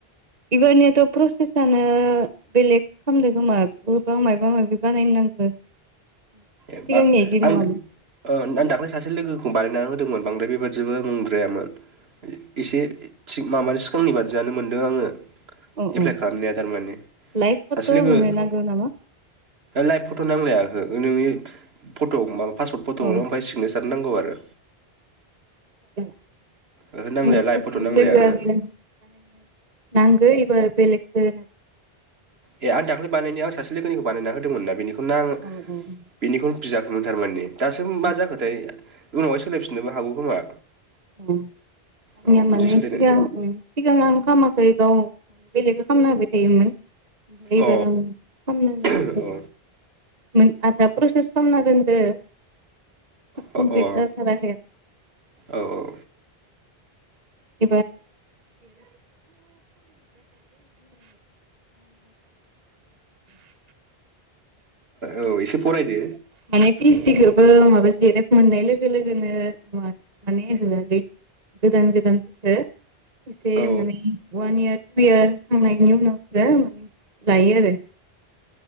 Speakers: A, on the right (about 40°); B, on the right (about 75°).
A: इबारनियाथ' प्रसेसनो बेलेग खालामदों खोमा गोबां माबा माबि बानायनो नांगो।
B: एबा
A: सिगांनिया इदि नङामोन
B: आं ओ आं दाख्लै सासे लोगोखौ बानायनानै होदोंमोन बांद्राय बेबादिबो मुंद्रायामोन एसे थिग माबानि सिगांनि बादियानो मोनदों आङो।
A: औ
B: एप्लाइ
A: औ
B: खालामनाया थारमाने
A: लाइभ फट'
B: सासे लोगो
A: होनो नांगौ नामा
B: लाइभ फट' नांलाया। ओ नोंनि फट' मा पासपर्ड फट'ल'
A: औ
B: ओमफ्राय सिगनिसार नांगौ आरो।
A: <inaudible>
B: ओहो नांलाया
A: आ सासे
B: लाइभ फट' नांलाया
A: लोगो
B: ओहो
A: आरो नांगो इब बेलोगखो
B: ए आं दाखै बानायनायाव सासे लोगोनिखौ बानायना होदोंमोनना बेनिखौ आं
A: बुंदों औ
B: बेनिखौनो बिजाखौनो थारमाने दासो मा
A: औ
B: जाखोथाय उनावहाय सोलायफिननोबो हागौ खोमा
A: आंनिया
B: अ
A: माने
B: बिदि सोलायनाय
A: सिगां सिगां आं खालामामाखै गाव मे बेलेग खालामामना होबाय थायोमोन <unintelligible>
B: अ अ अ
A: <unintelligible> <unintelligible>
B: अ औ औ
A: <unintelligible>
B: औ एसे फरायदो
A: माने फिस गुसिखौबो माबा जिरेब मोननाय लोगो लोगोनो माने होआलै गोदान गोदान हो से
B: औ
A: माने वान इयार निउ इयार थांनायनि उनावसो माने लायो आरो।